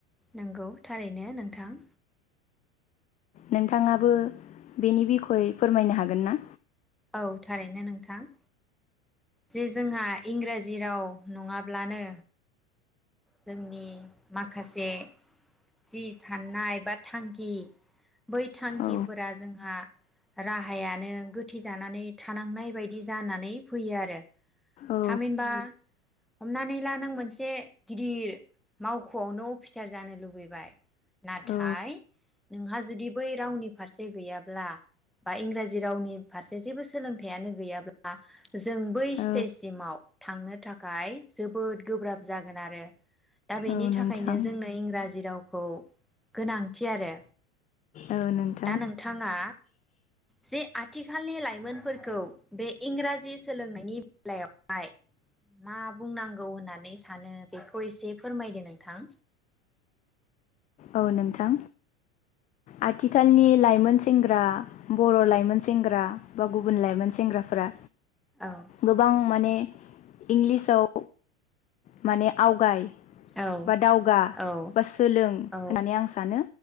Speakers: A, in the centre; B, on the left.
A: नंगौ थारैनो नोंथां।
B: नोंथाङाबो बेनि बिखय फोरमायनो हागोन ना?
A: औ थारैनो नोंथां। जे जोंहा इंराजि राव नङाब्लानो जोंनि माखासे जि साननाय बा थांखि बै थांखिफोरा
B: औ
A: जोंहा राहायानो गोथै जानानै थानांनाय बायदि जानानै फैयो आरो।
B: औ
A: थामहिनबा हमनानै ला नों मोनसे गिदिर मावख'आवनो अफिसार जानो लुबैबाय नाथाय
B: औ
A: नोंहा जुदि बै रावनि फारसे गैयाब्ला बा इंराजि रावनि फारसे जेबो सोलोंथाइयानो गैयाब्ला जों बै थ्टेजसिमाव
B: औ
A: थांनो थाखाय जोबोद गोब्राब जागोन आरो दा बेनि
B: औ नोंथां
A: थाखायनो जोंनो इंराजि रावखौ गोनांथि आरो
B: औ नोंथां
A: दा नोंथाङा जे आथिखालनि लाइमोनफोरखौ बे इंराजि सोलोंनायनि बेलायावहाय मा बुंनांगौ होननानै सानो बेखौ एसे फोरमायदो नोंथां?
B: औ नोंथां आथिखालनि लाइमोन सेंग्रा बर' लाइमोन सेंग्रा बा गुबुन लाइमोन सेंग्राफोरा
A: औ
B: गोबां माने इंलिसाव माने आवगाय
A: औ
B: बा दावगा
A: औ
B: बा सोलों
A: औ
B: होननानै आं सानो